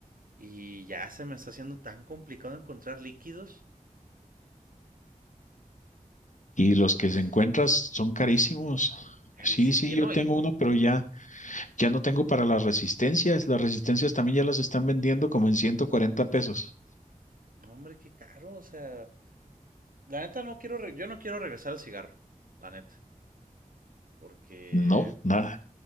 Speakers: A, on the right; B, on the left.
A: Y ya se me está haciendo tan complicado encontrar líquidos
B: Y
A: y
B: los
A: pues
B: que se encuentras son carísimos.
A: carísimo.
B: Sí, sí,
A: Y
B: yo
A: no,
B: tengo
A: y,
B: uno, pero ya, ya no tengo para las resistencias. Las resistencias también ya las están vendiendo como en 140 pesos.
A: no, hombre, qué caro. O sea, la neta no quiero, re- yo no quiero regresar al cigarro, la neta, porque
B: No, nada.